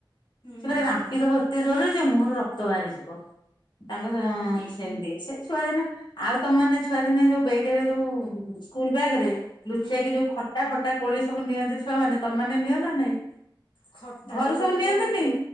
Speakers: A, on the left (about 80°); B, on the left (about 65°).
A: ହୁଁ
B: ସେ ମାନେ
A: ହୁଁ
B: ରାମ୍ପିଦବ
A: ହୁଁ
B: ଏତେ ଜୋରରେ ଯେ ମୁହଁରୁ ରକ୍ତ ବାହାରି ଯିବ। ତାଙ୍କ
A: ହୁଁ
B: ସେମିତି ସେ ଛୁଆ ଦିନେ ଆଉ ତମ ମାନେ ଛୁଆ ଦିନେ ଯୋଉ ବେ ଗରେ ଯୋଉ ସ୍କୁଲ ବ୍ୟାଗରେ ଲୁଚେଇକି
A: ହୁଁ
B: ଯୋଉ ଖଟା ଫଟା କୋଳି ସବୁ ନିଅନ୍ତି ଛୁଆ ମାନ ତମେ ମାନେ ନିଅ ନା ନାଇଁ?
A: ଖଟା
B: ଘରୁ
A: ଯୋଗୁ
B: ସବୁ
A: ମୁଁ
B: ନିଅନ୍ତିନି?
A: ବହୁତ